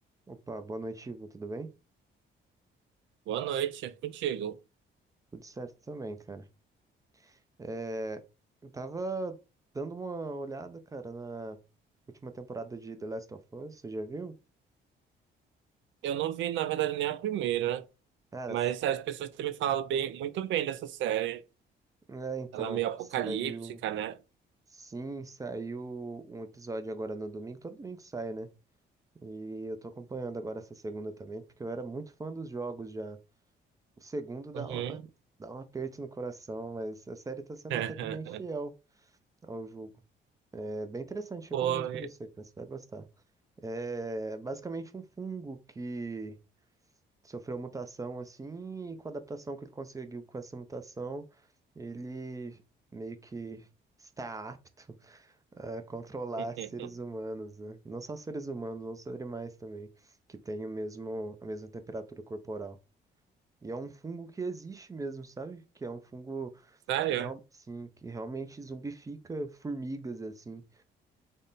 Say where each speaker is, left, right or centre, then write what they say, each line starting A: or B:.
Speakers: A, on the right; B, on the right.
A: Opa, boa noite, Ivo. Tudo bem?
B: Boa noite, é contigo.
A: Tudo certo também, cara. É, eu tava dando uma olhada, cara, na última temporada de The Last of Us, você já viu?
B: Eu não vi, na verdade, nem a primeira,
A: Cara,
B: mas
A: s-
B: as pessoas têm me falado bem, muito bem dessa série.
A: é, então,
B: Ela é meio apocalíptica,
A: saiu.
B: né?
A: Sim, saiu um episódio agora no domingo. Todo domingo sai, né? E eu tô acompanhando agora essa segunda também, porque eu era muito fã dos jogos já. O segundo dá
B: Uhum.
A: uma- dá um aperto no coração, mas a série tá sendo
B: <laughs>
A: até que bem fiel ao jogo. É bem interessante, recomendo
B: Foi.
A: pra você, cara. Você vai gostar. É basicamente um fungo que sofreu mutação assim, e com a adaptação que ele conseguiu com essa mutação, ele meio que está apto a controlar
B: <laughs>
A: seres humanos, né? Não só seres humanos, outros animais também, que têm o mesmo, a mesma temperatura corporal. E é um fungo que existe mesmo, sabe? Que é um fungo
B: Sério?
A: que, real, sim, que realmente zumbifica formigas, assim.